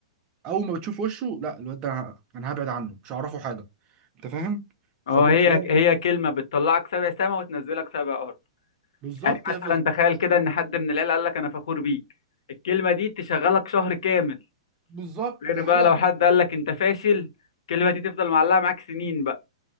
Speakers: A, on the right; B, on the left.
A: اول ما بتشوف وشه لا الواد ده ه- انا هبعد عنه مش هعرفه حاجه انت فاهم
B: اه
A: فب...
B: هي
A: فب...
B: هي كلمة بتطلعك سبع سما وتنزلك سبع أرض
A: بالظبط
B: يعني
A: هي
B: مثلا
A: في...
B: تخيل كده إن حد من العيلة قال لك أنا فخور بيك الكلمة دي تشغلك شهر كامل
A: بالظبط
B: غير
A: حقيقه
B: بقى لو حد قال لك أنت فاشل الكلمة دي تفضل معلقة معاك سنين بقى